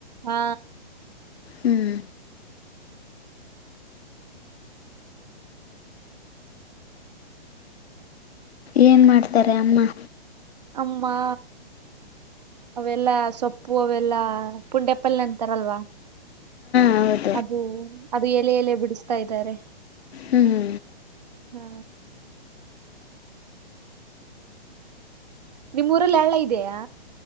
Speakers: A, on the right; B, on the left.
A: ಹಾ
B: ಹ್ಮ್ ಏನ್ ಮಾಡ್ತಾರೆ ಅಮ್ಮ.
A: ಅಮ್ಮಾ ಅವೆಲ್ಲ ಸೊಪ್ಪು ಅವೆಲ್ಲ ಪುಂಡ್ಯಪ್ಪಲ್ ಅಂತಾರಲ್ವಾ.
B: ಹ
A: ಅದು ಅದು ಎಲೆ ಎಲೆ ಬಿಡಿಸ್ತಾ ಇದ್ದಾರೆ.
B: ಹ್ಮ್ ಹ್ಮ
A: ಹಾ ನಿಮ್ ಊರಲ್ಲಿ ಹಳ್ಳ ಇದೆಯಾ.